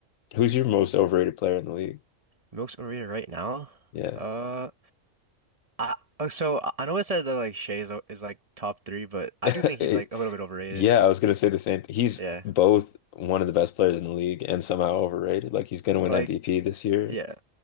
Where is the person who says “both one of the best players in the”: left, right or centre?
Left